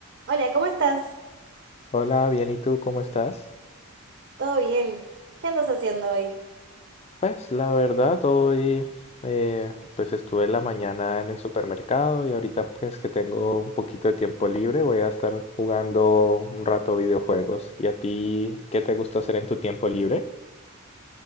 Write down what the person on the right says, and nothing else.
Hola, ¿cómo estás?
¿Todo bien? ¿Qué andas haciendo hoy?